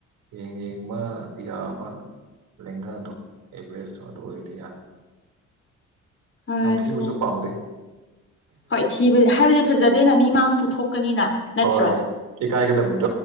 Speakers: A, on the right (about 80°); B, on the left (about 45°).
A: ꯌꯦꯡ ꯌꯦꯡꯕ ꯌꯥꯕ ꯂꯦꯡꯒꯥꯗꯣ ꯑꯦꯚꯔꯦꯁꯗꯣ ꯑꯗꯨ ꯑꯣꯏꯔꯗꯤ ꯌꯥꯔꯦ
B: ꯍꯣꯏ
A: ꯌꯥꯝ
B: ꯑꯗꯨ
A: ꯊꯤꯕꯁꯨ ꯄꯥꯝꯗꯦ
B: ꯍꯣꯏ ꯊꯤꯕ ꯍꯥꯏꯕꯗꯤ ꯐꯖꯗꯦꯅ ꯃꯤ ꯃꯥꯡ ꯄꯨꯊꯣꯛꯀꯅꯤꯅ ꯅꯠꯇ꯭ꯔꯣ
A: ꯍꯣꯏ ꯏꯀꯥꯏꯒꯗꯕꯗꯣ